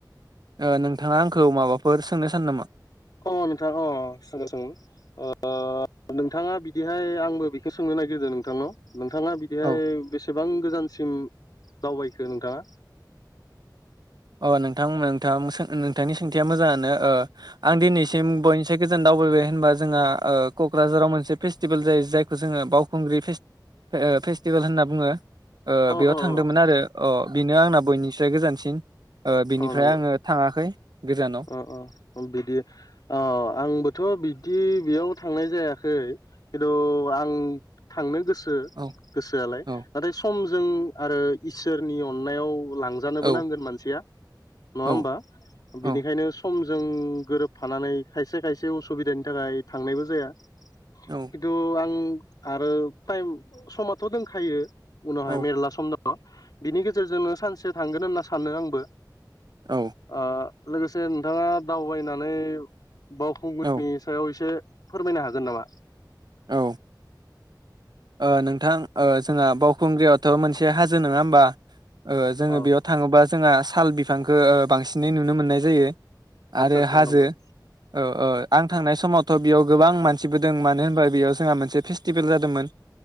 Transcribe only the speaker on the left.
अ नोंथाङा अ <unintelligible> ओ नोंथाङा बिदिहाय आंबो बेखौ सोङो नाय गोदो नोंथांनाव नोंथाङा बिदिहाय
बेसे बेसेबां गोजानसिम दावबायखो नोंथाङा?
अ
अ
अ नंगौ
अ अ बिदि औ आंबोथ' बिदि बेयाव थांनाय जायाखै खिथु आं थांनो गोस गो
गोसोआलाय
नाथाय समजों आरो। इसोरनि अननायाव लांजानो
बो नांगोन मासिआ नङा
होमबा
बेनिखायनो स' सम जों गोरोबफानानै खायसे खायसे उसुबिदानि थाखाय थांनायबो जाया।
खिथु आं आरो टाइम समाथ' दोंखायो उनावहाय
मेरला सम दङ बिनि गेजेरजों नो सानसे थांगोन होनना सानो आंबो।
ओ लोगोसे नोंथाङा दावबायनानै बावखुंग्रिनि
सायाव एसे फोरमायनो हागोन नामा?
अ
आदसा
आदसा
नंगोन